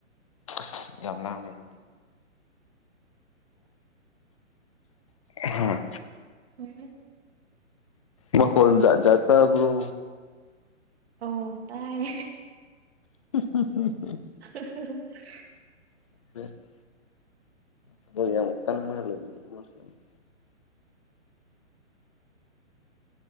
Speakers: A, on the left; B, on the right.
A: ꯑꯁ ꯌꯥꯝ ꯂꯥꯡꯒꯅꯨ ꯎꯝ
B: ꯎꯝ
A: ꯃꯈꯣꯟ ꯖꯥꯠ ꯖꯥꯠ ꯇꯥꯕ꯭ꯔꯣ
B: ꯑꯣ ꯇꯥꯏ
A: <unintelligible>
B: <unintelligible>
A: <unintelligible> <unintelligible> ꯌꯥꯝ ꯀꯥꯟ ꯂꯩ <unintelligible>